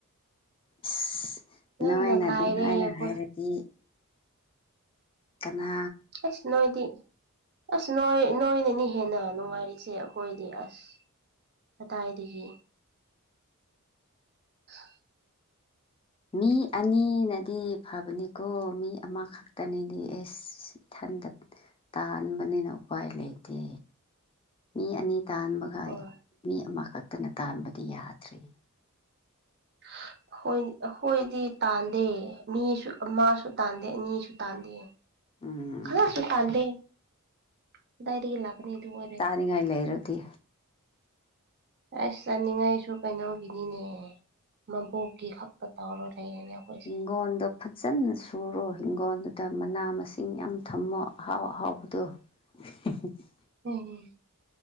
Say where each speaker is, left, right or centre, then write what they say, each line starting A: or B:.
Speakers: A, on the left; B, on the right.
A: ꯑꯁ
B: ꯌꯥꯝꯅ
A: ꯅꯣꯏꯅ
B: ꯂꯥꯏꯔꯦ
A: ꯑꯗꯨꯝ ꯍꯥꯏꯅ
B: ꯍꯣꯏ
A: ꯍꯥꯏꯔꯗꯤ ꯀꯅꯥ
B: ꯑꯁ ꯅꯣꯏꯗꯤ ꯑꯁ ꯅꯣꯏ ꯅꯣꯏꯅꯅꯤ ꯍꯦꯟꯅ ꯅꯨꯡꯉꯥꯏꯔꯤꯁꯦ ꯑꯩꯈꯣꯏꯗꯤ ꯑꯁ ꯃꯇꯏꯗꯒꯤ <inaudible>
A: ꯃꯤ ꯑꯅꯤꯅꯗꯤ ꯐꯕꯅꯤꯀꯣ ꯃꯤ ꯑꯃꯈꯛꯇꯅꯤꯗꯤ ꯑꯦꯁ ꯏꯊꯟꯗ ꯇꯥꯟꯕꯅꯤꯅ ꯎꯄꯥꯏ ꯂꯩꯇꯦ ꯃꯤ ꯑꯅꯤ ꯇꯥꯟꯕ
B: ꯍꯣꯏ
A: ꯃꯤ ꯑꯃꯈꯛꯇꯅ ꯇꯥꯟꯕꯗꯤ ꯌꯥꯗ꯭ꯔꯤ
B: <inaudible> ꯈꯣꯏ ꯑꯩꯈꯣꯏꯗꯤ ꯇꯥꯟꯗꯦ ꯃꯤꯁꯨ ꯑꯃꯁꯨ ꯇꯥꯟꯗꯦ ꯑꯅꯤꯁꯨ ꯇꯥꯟꯗꯦ
A: ꯎꯝ
B: ꯈꯔꯁꯨ ꯇꯥꯟꯗꯦ ꯀꯗꯥꯏꯗꯒꯤ ꯂꯥꯛꯒꯅꯤ ꯑꯗꯨ ꯑꯣꯏꯔꯗꯤ
A: ꯆꯠꯅꯤꯡꯉꯥꯏ ꯂꯩꯔꯒꯦ
B: ꯑꯁ ꯆꯥꯅꯤꯡꯉꯥꯏꯁꯨ ꯀꯩꯅꯣꯒꯤꯅꯤꯅꯦ ꯃꯕꯣꯛꯀꯤ ꯈꯛꯇ ꯇꯧꯔ ꯂꯩꯔꯦꯅꯦ ꯑꯩꯈꯣꯏꯁꯦ
A: ꯍꯤꯡꯒꯣꯟꯗꯣ ꯐꯖꯅ ꯁꯨꯔꯣ ꯍꯤꯡꯒꯣꯜꯗꯨꯗ ꯃꯅꯥ ꯃꯁꯤꯡ ꯌꯥꯝ ꯊꯝꯃꯣ ꯑꯍꯥꯎ ꯑꯍꯥꯎꯕꯗꯨ <unintelligible>
B: ꯑꯝ ꯑꯝ